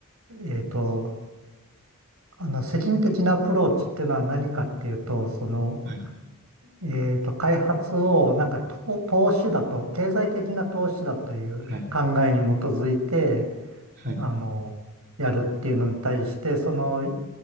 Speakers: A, on the right (about 80°); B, on the right (about 55°).
A: えっと、あの、世銀的なアプローチっていうのは何かっていうと、その、
B: はい、
A: えっと、開発をなんか投、投資だと、経済的な投資だという考えに基づいて、
B: はい、はい、
A: あの、やるっていうのに対して、そのユ